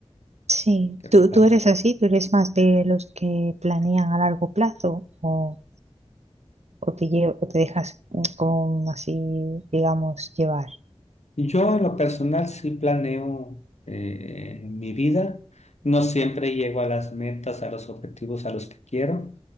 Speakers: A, on the right; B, on the left.
A: Sí,
B: ¿qué te
A: ¿tú,
B: parece?
A: tú eres así? ¿Tú eres más de los que planean a largo plazo o, o te, lle- o te dejas mm, como así, digamos, llevar?
B: Yo en lo personal sí planeo eh, mi vida. No siempre llego a las metas, a los objetivos a los que quiero,